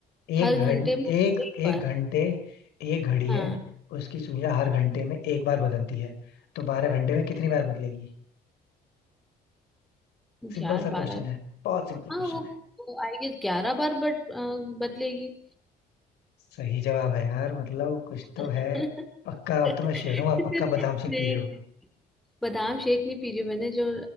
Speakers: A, on the left; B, in the centre.
A: एक
B: हर
A: घंटे
B: घंटे में
A: एक
B: एक
A: एक
B: बार
A: घंटे एक घड़ी
B: हाँ
A: है उसकी सुइयां हर घंटे में एक बार बदलती है तो बारह घंटे में कितनी बार बदलेगी सिंपल
B: यार
A: सा
B: बारह
A: क्वेश्चन है बहुत सिंपल
B: हाँ
A: क्वेश्चन
B: वो,
A: है
B: वो आई गेस ग्यारह बार बट बदलेगी
A: सही जवाब है यार मतलब कुछ तो
B: <laughs>
A: है पक्का अब
B: नहीं
A: तो मैं श्योर हूँ आप पक्का बादाम शेक
B: नहीं,
A: पी रहे हो
B: बादाम शेक नहीं पी रही हूँ। मैंने जो